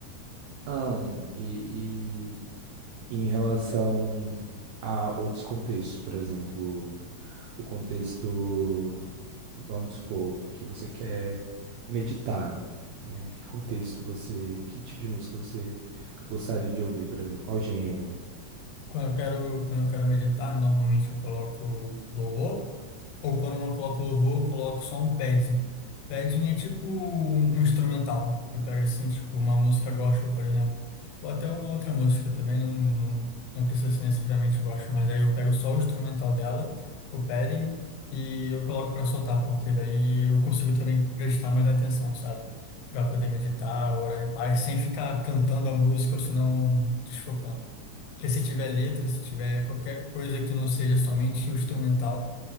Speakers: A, on the right; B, on the left.
A: ah, e, e em relação a outros contextos, por exemplo, o contexto, vamos supor, que você quer meditar, né? Que contexto você, que tipo de música você gostaria de ouvir, por exemplo, qual gênero?
B: Quando eu quero, quando eu quero meditar, normalmente eu coloco louvor. Ou quando eu não coloco louvor, eu coloco só um padding. Padding é tipo um um instrumental. Eu pego assim, tipo, uma música gospel, por exemplo. Ou até uma outra música também, não, não, não precisa ser necessariamente gospel, mas aí eu pego só o instrumental dela, o padding, e eu coloco pra soltar, porque daí eu consigo também prestar mais atenção, sabe? Pra poder meditar, orar em paz, sem ficar cantando a música ou senão desfocando. Porque se tiver letra, se tiver qualquer coisa que não seja somente o instrumental.